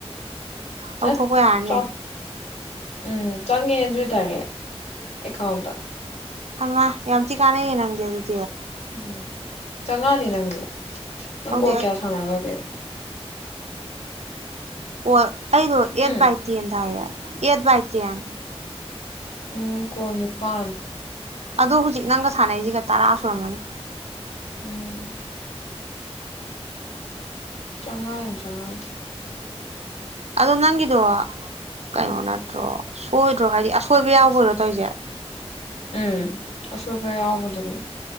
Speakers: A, on the right; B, on the left.
A: ꯂꯧꯊꯣꯛꯄ
B: ꯅꯠ
A: ꯌꯥꯔꯅꯤ
B: ꯆꯥꯠ ꯎꯝ ꯆꯪꯉꯦ ꯑꯗꯨꯏ ꯗꯥꯏꯔꯦꯛ ꯑꯦꯀꯥꯎꯟꯗ
A: ꯍꯩꯃꯥ ꯌꯥꯝꯊꯤ ꯀꯥꯟꯅ ꯌꯦ ꯅꯪꯗꯦ ꯑꯗꯨꯗꯤ
B: ꯎꯝ ꯆꯪꯉꯅꯤ ꯅꯪꯁꯨ ꯅꯪ
A: ꯍꯧꯗꯤ
B: ꯀꯣ ꯀꯌꯥ
A: ꯑꯩ
B: ꯁꯅ ꯈꯔꯥꯒꯦ
A: ꯑꯣ ꯑꯩꯗꯨ ꯌꯦꯠ
B: ꯎꯝ
A: ꯕꯥꯏ ꯇꯦꯗ ꯊꯥꯏꯌꯦ ꯑꯦꯠ ꯕꯥꯏ ꯇꯦꯟ
B: ꯎꯝ ꯀꯨꯜꯅꯤꯄꯥꯜ
A: ꯑꯗ ꯍꯧꯖꯤꯛ ꯅꯪꯒ ꯁꯥꯟꯅꯩꯁꯤꯒ ꯇꯔꯥ ꯁꯨꯔꯝꯒꯅꯤ
B: ꯎꯝ ꯆꯉꯥꯟ ꯆꯉꯥꯟ
A: ꯑꯗꯣ ꯅꯪꯒꯤꯗꯣ ꯀꯩꯅꯣ ꯅꯠꯇ꯭ꯔꯣ ꯁꯣꯏꯗ꯭ꯔꯣ ꯍꯥꯏꯕꯗꯤ ꯑꯁꯣꯏꯕ ꯌꯥꯎꯕ ꯑꯣꯏꯔꯣ ꯇꯧꯔꯤꯁꯦ
B: ꯎꯝ ꯑꯁꯣꯏꯕ ꯌꯥꯎꯕꯗꯅꯤ